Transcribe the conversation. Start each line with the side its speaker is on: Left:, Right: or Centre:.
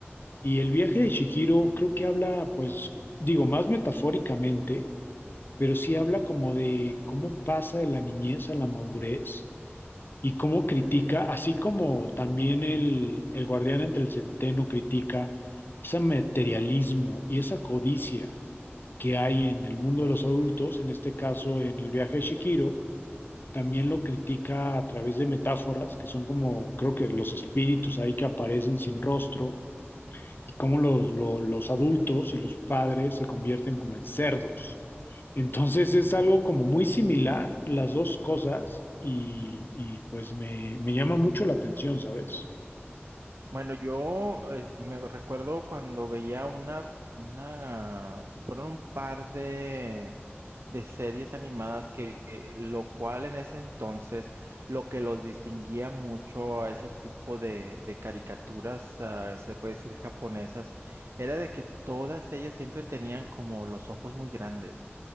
Left: Y el viaje de Shihiro creo que habla, pues, digo, más metafóricamente, pero sí habla como de cómo pasa de la niñez a la madurez y cómo critica, así como también el, el guardián entre el centeno critica ese materialismo y esa codicia que hay en el mundo de los adultos, en este caso en el viaje de Shihiro, también lo critica a través de metáforas que son como, creo que los espíritus ahí que aparecen sin rostro y cómo los, lo- los adultos y los padres se convierten como en cerdos. Entonces es algo como muy similar las dos cosas y, y, pues me, me llama mucho la atención, ¿sabes?
Right: Bueno, yo eh, me recuerdo cuando veía una, una, fueron un par de, de series animadas que, que lo cual en ese entonces, lo que los distinguía mucho a ese tipo de, de caricaturas, ah, se puede decir japonesas, era de que todas ellas siempre tenían como los ojos muy grandes.